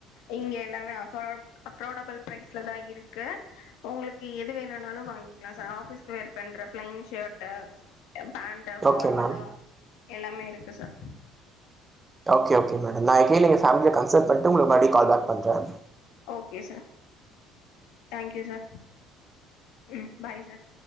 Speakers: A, on the left; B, on the right.
A: இங்க எல்லாமே அஃபா அஃபார்டபள் பிரைஸ்ல தா இருக்கு உங்களுக்கு எது வேணுனாலு வாங்கிக்லா சார் ஆஃபிஸ்க்கு வேர் பண்ற ப்ளைன் ஷேர்ட்டு எ‌ பேண்ட்டு ஃபார்மலா
B: ஓகே மேம்
A: எல்லாமே இருக்கு சார்
B: ஓகே ஓகே மேடம் நா கேளுங்க ஃபேமிலிய கன்சல்ட பண்ட்டு உங்ளுக்கு மறுபடியு கால் பேக் பண்ற
A: okay sir thank you sir ம் பாய் சார்